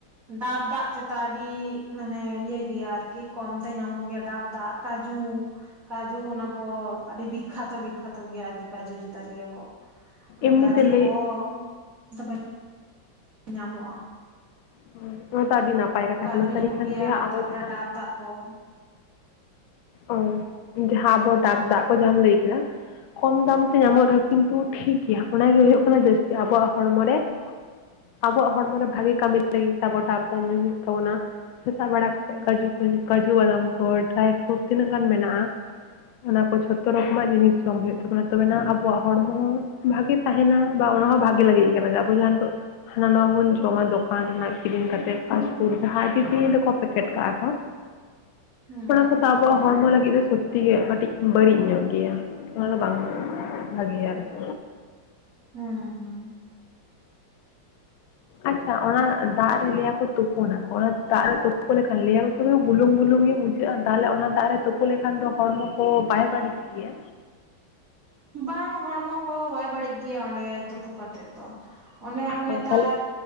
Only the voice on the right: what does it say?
ᱰᱟᱵ ᱫᱟᱜ ᱪᱮᱛᱟ ᱟᱹᱰᱤ ᱢᱟᱱᱮ ᱤᱭᱟᱹ ᱜᱮᱭᱟ ᱟᱨᱠᱤ ᱠᱚᱢᱛᱮ ᱧᱟᱢᱚᱜ ᱜᱮᱭᱟ ᱰᱟᱵ ᱫᱟᱜ ᱠᱟᱹᱡᱩ ᱠᱟᱹᱡᱩ ᱚᱱᱟ ᱠᱚ ᱟᱹᱰᱤ ᱵᱤᱠᱠᱷᱟᱛᱚ ᱵᱤᱠᱠᱷᱟᱛᱚ ᱜᱮᱭᱟ ᱟᱨᱠᱤ ᱠᱟᱹᱡᱩ ᱪᱮᱛᱟ ᱞᱟᱹᱭᱟ ᱠᱚ ᱢᱟᱱᱮ
ᱠᱟᱹᱡᱩ
ᱠᱚ <unintelligible> ᱧᱟᱢᱚᱜᱼᱟ
ᱠᱟᱡᱩ
ᱧᱟᱢᱚᱜ
ᱜᱮᱭᱟ
ᱛᱟᱯᱚᱨᱮ
ᱰᱟᱵ ᱫᱟᱜ ᱠᱚ
ᱦᱩᱸ
ᱦᱩᱸ
ᱦᱩᱸ
ᱦᱮᱸᱮᱸ
ᱵᱟᱝ ᱦᱚᱲᱢᱚ ᱠᱚ ᱵᱟᱭ ᱵᱟᱹᱲᱤᱡ ᱜᱮᱭᱟ ᱚᱸᱰᱮ ᱛᱩᱯᱩ ᱠᱟᱛᱮᱜ ᱫᱚ ᱚᱸᱰᱮ ᱟᱨᱚ
ᱱᱮᱛᱟᱨ